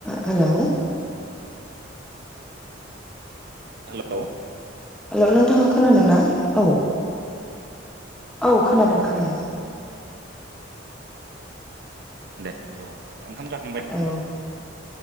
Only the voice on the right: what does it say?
हेलौ
दे औ ओंखाम
जाखांबाय